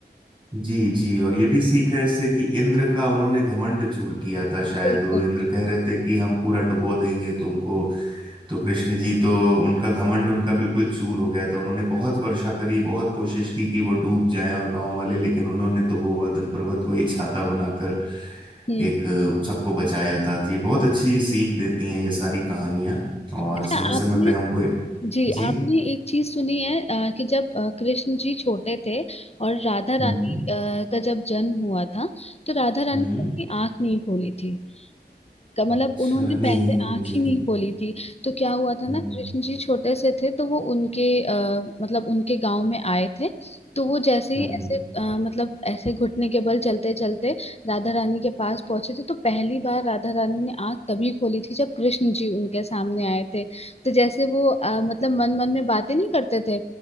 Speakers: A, on the right; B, on the left.
A: जी जी और ये भी सीख है इससे कि इंद्र का उन्होंने घमंड चूर किया था शायद
B: बिल्कुल
A: वो इंद्र कह रहे थे कि हम पूरा डुबो देंगे तुमको तो कृष्ण जी तो उनका घमंड उनका बिल्कुल चूर हो गया था उन्होंने बहुत वर्षा करी बहुत कोशिश की कि वो डूब जाएं और गांव वाले लेकिन उन्होंने तो गोवर्धन पर्वत को ही छाता बनाकर
B: हम्म
A: एक सबको बचाया था तो ये बहुत अच्छी सीख देती हैं ये सारी कहानियाँ और
B: अच्छा
A: समय समय
B: आपने
A: पे हमको
B: जी
A: जी
B: आपने एक चीज सुनी है अ, कि जब अ, कृष्ण जी छोटे थे और राधा
A: हम्म
B: रानी
A: हम्म
B: अ, का जब जन्म हुआ था तो राधा रानी
A: हम्म,
B: ने अपनी आंख नहीं खोली थी का मतलब
A: अच्छा
B: उन्होंने
A: नहीं
B: पहले
A: मुझे
B: आंख
A: नहीं
B: ही नहीं खोली थी तो क्या हुआ था
A: हम्म
B: ना कृष्ण जी छोटे से थे तो वो उनके आ, मतलब उनके गांव में आए थे तो वो जैसे ही
A: हम्म
B: ऐसे अ, मतलब ऐसे घुटने के बल चलते चलते राधा रानी के पास पहुंचे थे तो पहली बार राधा रानी ने आंख तभी खोली थी जब कृष्ण जी उनके सामने आए थे तो जैसे वो अ, मतलब मन मन में बातें नहीं करते थे